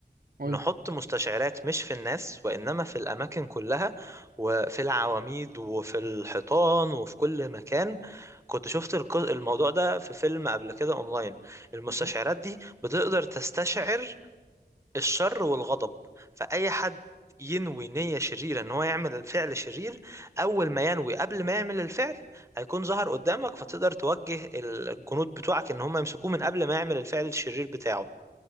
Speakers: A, on the right; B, on the right.
A: قول
B: نحط
A: لي
B: مستشعرات مش في الناس وانما في الاماكن كلها وفي العواميد وفي الحيطان وفي كل مكان كنت شفت الق- الموضوع ده في فيلم قبل كده اونلاين المستشعرات
A: مهم.
B: دي بتقدر تستشعر الشر والغضب فأي حد ينوي نية شريرة ان هو يعمل فعل شرير اول ما ينوي قبل ما يعمل الفعل هيكون ظهر قدامك فتقدر توجه الجنود بتوعك ان هم يمسكوه من قبل ما يعمل الفعل الشرير بتاعه